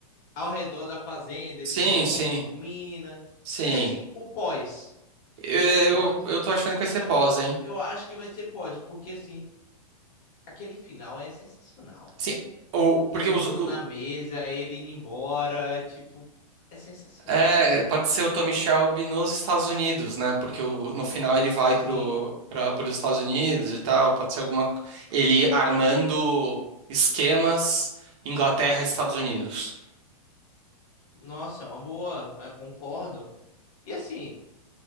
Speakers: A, on the left; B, on the right.
A: ao redor da fazenda, ele
B: Sim,
A: coloca
B: sim,
A: um monte de mina.
B: sim.
A: E assim, o pós,
B: Eu,
A: tem um pós.
B: eu tô achando que vai ser
A: Eu,
B: pós,
A: eu,
B: hein?
A: eu acho que vai ser pós, porque assim, aquele final é sensacional, velho.
B: Assim, o,
A: Todo
B: porque os,
A: mundo na mesa, ele indo embora, tipo, é sensacional
B: É,
A: aquilo.
B: pode ser o Tommy Shelby nos Estados Unidos, né? Porque o- no final ele
A: Sim,
B: vai pro, para os Estados Unidos e tal. Pode ser alguma. Ele armando esquemas Inglaterra, e Estados Unidos.
A: nossa, é uma boa, eu concordo. E assim,